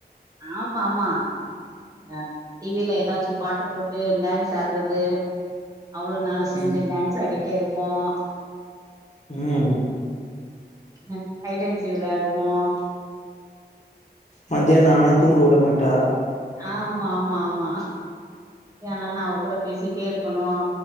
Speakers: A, on the right (about 20°); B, on the left (about 40°).
A: ஆமா ஆமா அ டிவில எதாச்சு பாட்டு போட்டு டான்ஸ் ஆடுறது அவலும் நானும் சேந்து
B: ம்.
A: டான்ஸ் ஆடி ட்டே இருப்போம்
B: ம்.
A: அ ஐடன்சி விளாடுவோம்
B: மத்தியானம் ஆனா தூங்க விட மாட்டா
A: ஆமா ஆமா ஆமா ஏனன்னா அவ கூட பேசிட்டே இருக்கணும்,